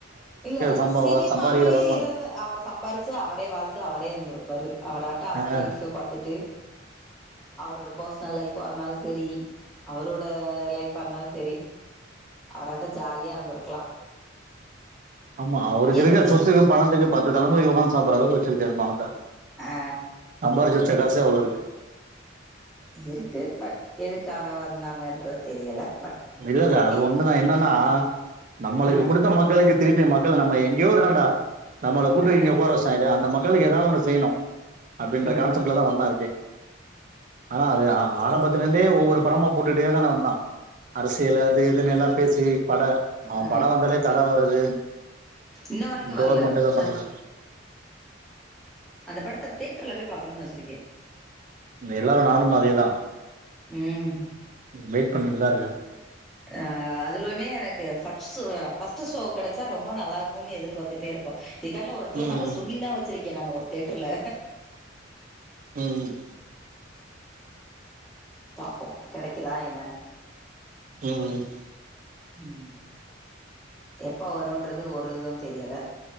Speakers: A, in the centre; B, on the right.
A: இல்ல
B: சம்பவ
A: சினிமாலயே
B: சம்பாரிக்கிற வருமானத்
A: இருந்து அவர் சம்பாரிச்சு அவரே வாழ் அவரே இருந்திருப்பாரு அவராட்ட அவர்
B: ஆ
A: லைஃப பாத்துட்டு
B: <inaudible>
A: அவரோட பர்ஸ்னல் லைஃபா இருந்தாலு சரி அவரோட லைஃபா இருந்தாலு சரி அவராட்டா ஜாலியா இருந்திருக்கலா
B: ஆமா அவருக்கு இருக்க
A: எது செ
B: சொத்துக்கு பணத்துக்கு பத்து தலைமுறைக்கு உக்காந்து சாப்டுற அளவுக்கு வெச்சிருக்காரு பணத்த
A: ஆ
B: சம்பாரிச்சு வெச்ச காசே அவ்ளோ இருக்கு
A: இருக்கு பட் எதுக்காக வந்தாங்கன்றது தெரியல பட்
B: இல்ல இல்ல
A: ஓகே
B: அது ஒண்ணுதா என்னனா நம்மளுக்கு
A: ஆ
B: குடுத்த மக்களுக்கு திரு ப்பி மக்கள் நம்ம எங்கேயோ இருக்கண்டா நம்மள கூட்டு
A: ஆ
B: இங்க உக்கார வெச்சிட்டாங்ளே அந்த மக்களுக்கு எதாவது ஒண்ணு செய்யணு அப்டின்ற
A: ம்
B: கான்செப்ட்லதா வந்தா இருக்கு ஆனா அது ஆரம்பத்தில இருந்தே ஒவ்வொரு படமா போட்டுட்டேதானே வந்தான் அரசியல் அது இதுன்னு எல்லா பேசி பட அவன்
A: ஆ
B: படோ வந்தாலே தட வருது
A: இன்ன வரைக்கு
B: கவர்மெண்ட்டா
A: வர்ல
B: எதோ
A: ச்ச
B: பண்ற
A: அந்த படத்த தியேட்டர்ல போய் பாக்கணுனு வெச்சிருக்கே
B: இங்க எல்லாரு நானும் அதேதா
A: ம்
B: வெயிட் பண்ணின்டுதா இருக்கேன்
A: ஆ அதுலமே எனக்கு ஃபட்ஸ் ஷோ ஃபர்ஸ்ட் ஷோ கெடைச்சா ரொம்ப நல்லா இருக்குன்னு எதிர்பார்த்துட்டே இருப்போ இதுக்கான்ட்ல ஒரு எடத்துல
B: ம்
A: நாங்க சொல்லி எல்லா வெச்சிருக்கேன் நானு ஒரு தியேட்டர்ல
B: ம்
A: பாப்போ கெடைக்குதா என்னன்னு
B: ம் ம்
A: ம் எப்ப வருன்றது ஒரு இது தெரியல